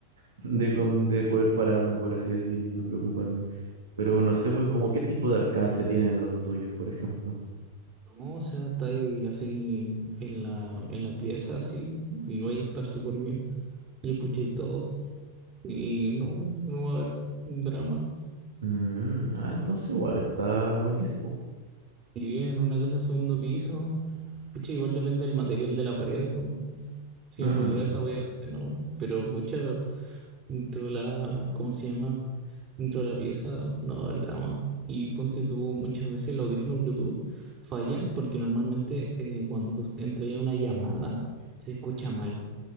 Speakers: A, on the right; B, on the right.
A: de, com- de poder pararme, por así decir, y no preocuparme. Pero no sé, pues, como qué tipo de alcance tienen los tuyos, por ejemplo.
B: No, o sea, está ahí así en la, en la pieza, así, y vais a estar súper bien. Y escucháis todo, y no, no va a haber drama.
A: Mm, ah, entonces igual está buenísimo.
B: Si vives en una casa de segundo piso, pucha, igual depende del material de la pared. con- Si
A: Mm,
B: es muy gruesa, obviamente no. Pero pucha, dentro de la, ¿cómo se llama? Dentro de la pieza, no va a haber drama. Y ponte tú, muchas veces los audífonos Bluetooth fallan porque normalmente eh, cuando tú entras a una llamada se escucha mal.